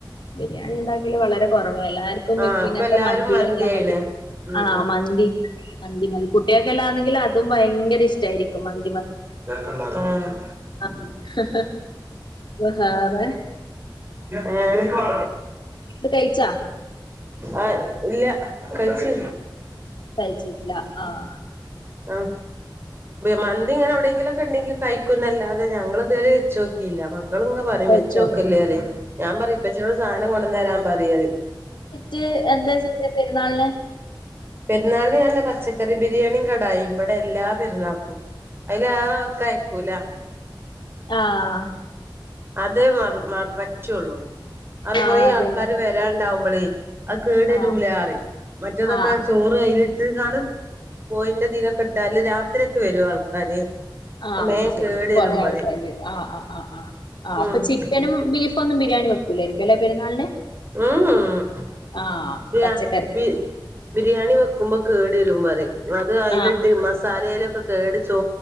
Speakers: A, on the left; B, on the right.
A: ബിരിയാണിണ്ടാക്കല് വളരെ കുറവാല്ലാർ പ്പ
B: ആഹ് ഇപ്പൊ
A: ഇങ്ങനത്തെ
B: എല്ലാരും
A: മന്തികളെല്ലാം
B: മന്തിയായിണ്
A: മതി.
B: ഉം
A: ആഹ മന്തി മന്തി മതി. കുട്ടികൾക്കെ എല്ലാ ആന്നെങ്കിൽ അതും ഭയങ്കര ഇഷ്ടമായിരിക്കും മന്തിമതി.
B: ആഹ
A: ആഹ ഹ ഹ ഹ വേറെ?
B: ആഹാ
A: ഭക്ഷണം കഴിച്ചാ
B: ആഹ ഇല്ല കഴിച്ച്
A: കഴിച്ചിട്ടില്ല. ആഹ
B: ആഹ മന്തി ഇങ്ങനെ എവിടെങ്കിലും ഒക്കെ ഉണ്ടെങ്കി കഴിക്കുന്നതല്ലാതെ ഞങ്ങൾതുവരെ വെച്ച് നോക്കിയില്ല മന്തി. മക്കളിങ്ങനെ പറയും
A: കഴിച്ചോ
B: വെച്ച് നോക്കല്ലേ പറയും ഞാൻ പറയും ഇപ്പച്ചിനോട് സാധനം കൊണ്ട്ന്ന് തരാൻ പറയും
A: ട്ട് എന്താ ചെയ്തത് പെരുന്നാളിന്?
B: പെരുന്നാൾ ഞാന് പച്ചക്കറി ബിരിയാണിയും കടായിയുംഇവിടെ എല്ലാ പെരുന്നാക്കും അതില്ലാതെ അവർ കയിക്കൂല.
A: ആഹാ
B: അതെ മ പറ്റുള്ളൂ. അത്
A: ആഹ്
B: കുറേ
A: അതന്നെ
B: ആൾക്കാര് വരാനുണ്ടാവുമ്പോളേ അത് കേടുവരുല്ലാന്ന്
A: ആഹ്
B: പറയും. മറ്റേതൊക്കെ
A: ആഹ്
B: ചോറ് കയ്യിലിട്ട് കാണ്ട് പോയിന്റെ തീലൊക്കെ ഇട്ടാല് രാത്രിയൊക്കെ വരും ആൾക്കാര്
A: ആഹ്
B: മേ
A: അത് ശരി
B: കേട് വരും
A: കൊറേ
B: പറയും
A: ആൾക്കാര് വരും ആഹ് ആഹ ആഹ ആ അപ്പം
B: ഉം
A: ചിക്കനും ബീഫും ഒന്നും ബിരിയാണി വെക്കൂലായിരിക്കും അല്ലേ പെരുന്നാളിന്?
B: മം മംഹ്
A: ആഹ് പച്ചക്കറി
B: ബി <unintelligible> ബിരിയാണി വെക്കുമ്പോ കേട് വരും പറയും. അത് അതിലിട്ട്
A: ആഹ്
B: മസാലയിലൊക്കെ കേട് ചോ